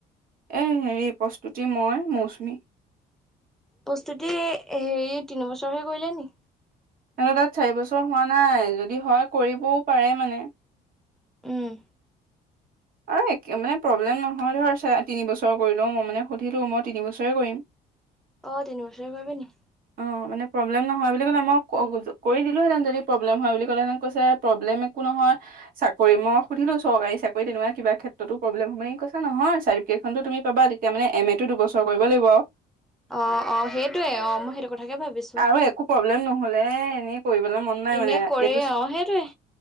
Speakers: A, on the right; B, in the centre.
A: এই হেৰি প্ৰস্তুতি মই মৌচুমী।
B: প্ৰস্তুতি এই হেৰি তিনিবছৰহে কৰিলে নি?
A: সিহতৰ তাত চাৰি বছৰ হোৱা নাই, যদি হয় কৰিবও পাৰে মানে।
B: উম,
A: আৰু একে মানে প্ৰব্লেম নহয় ধৰ, চ তিনিবছৰ কৰিলেও মই মানে সুধিলোঁ, মই তিনিবছৰেই কৰিম।
B: অ, তিনিবছৰেই কৰিবি নি?
A: অ, মানে প্ৰব্লেম নহয় বুলি ক'লে, মই ক-কৰি দিলোহেঁতেন যদি প্ৰব্লেম হয় বুলি ক'লেহেঁতেন, কৈছে প্ৰব্লেম এক কো নহয়, চাকৰি ম ই সুধিলোঁ চৰকাৰী চাকৰি তেনেকুৱা কিবা ক্ষেত্ৰতো প্ৰব্লেম হব নেকি? কৈছে নহয় চাৰ্টিফিকেট খনটো তুমি পাবা, তেতিয়া মানে এম এ টো দুবছৰ কৰিব লাগিব আৰু।
B: অ', অ', সেইটোৱে অ, মই সেইটো কথা তাকে ভাবিছো,
A: আৰু একো প্ৰব্লেম নহ'লে এনেই কৰিবলৈ মন নাই
B: এনে
A: মানে
B: কৰে
A: এইটো
B: অৰু সেইটোয়ে।